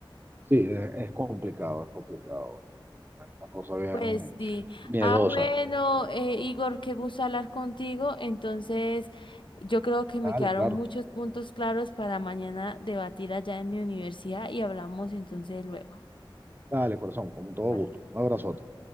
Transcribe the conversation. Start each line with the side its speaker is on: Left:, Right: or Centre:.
Right: sí, es, es complicado, es complicado, una cosa bien
Left: Pues sí.
Right: miedosa.
Left: Ah, bueno, eh, Igor, qué gusto hablar contigo. Entonces, yo creo que me
Right: Dale,
Left: quedaron
Right: claro,
Left: muchos puntos claros para mañana debatir allá en mi universidad y hablamos entonces luego.
Right: dale, corazón, con todo
Left: Vale.
Right: gusto, un abrazo.
Left: Igual.